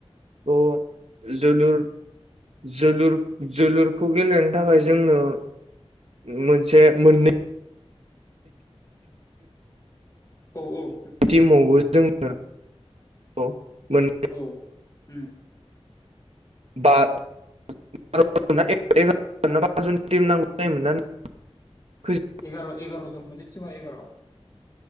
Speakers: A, on the right; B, on the left.
A: अ जोलुर ज जोलुरखौ गेलेनो थाखाय जोंनो मोनसे मोननै
B: औ-औ
A: टिमावबो जोंङो मोन
B: औ उम
A: बा <unintelligible> <unintelligible>
B: एगार एगार' जोन मोनसे थिमाव एगार'